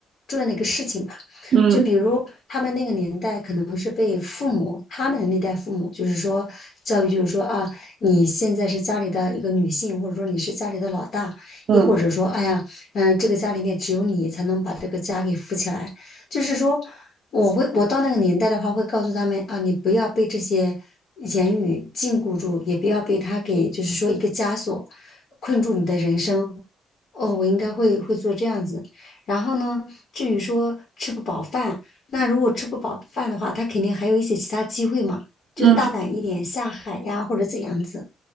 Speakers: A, on the left; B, on the right.
A: 重要的一个事情吧。
B: 嗯
A: 就比如他们那个年代，可能是被父母他们的那代父母，就是说教育，就是说啊，你现在是家里的一个女性，或者说你是家里的老大，
B: 嗯
A: 亦或者说，哎呀，嗯、这个家里面只有你才能把这个家给扶起来。就是说，我会我到那个年代的话，会告诉他们啊，你不要被这些言语禁锢住，也不要被他给就是说一个枷锁困住你的人生。哦，我应该会会做这样子。然后呢，至于说吃不饱饭，那如果吃不饱饭的话，他肯定还有一些其他机会嘛，就大胆一点下海呀，
B: 嗯。
A: 或者怎样子。